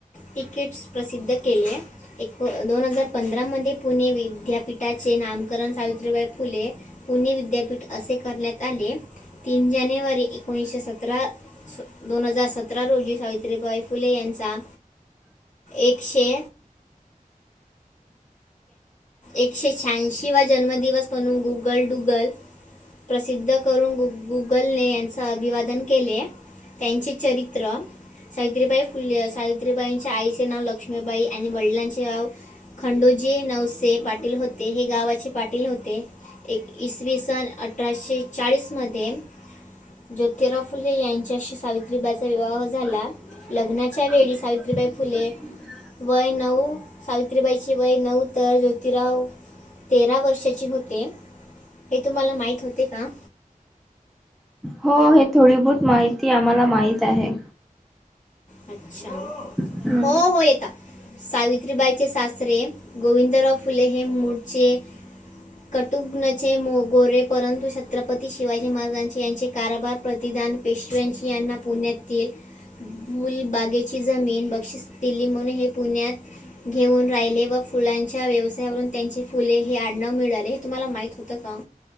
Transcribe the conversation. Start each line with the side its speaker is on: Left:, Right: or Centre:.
Left: तिकीट्स प्रसिद्ध केले आहे. एक दोन हजार पंधरामध्येध्ये पुणे विद्यापीठाचे नामकरण सावित सावित्रीबाई फुले पुणे विद्यापीठ असे करण्यात आले. तीन जानेवारी एकोणीसशे सतरा दोन हजार सतरा रोजी सावित्रीबाई फुले यांचा एकशे. एकशे शहाऐंशी वा जन्मदिवस पण गुगलडुगल. प्रसिद्ध करून गुगलने यांचे अभिवादन केलेय. त्यांचे चरित्र सावित्रीबाई फुले सावित्रीबाईच्या आईचे नाव लक्ष्ममीबाई आणि वडिलांचे गाव खंडोजे नवसे पाटील होते हे गावाचे पाटील होते एक इसवी सन अठराशे चाळीस मध्ये ज्योतिराव फुले यांच्याशी सावित्रीबाईचा विवाह झाला
Centre: अ.
Left: लग्नाच्या वेळी सावित्रीबाई फुले वय नऊ सावित्रीबाईची वय नऊ तर ज्योतिराव ते वर्षाची होते हे तुम्हाला माहित होते का?
Centre: हो हे थोडी बहत माहिती आम्हाला माहित आहे.
Left: अच्छा
Centre: हम्म
Left: हो हो येता. सावित्रीबाईचे सासरे गोविंदराव फुले हे मूळचे कटुघ्नचे मोगोरे परंतु छत्रपती शिवाजी महाराजांचे यांचे कारभार प्रतिधान पेशव्यांची यांना पुण्याततील मुलबागेची जमीन बक्षिस दिली म्हणून हे पुण्यात घेऊन राहिले व फुलांच्या व्यवसायावरून त्यांचे फुले हे आडनाव मिळाले हे तुम्हाला माहित होतं का?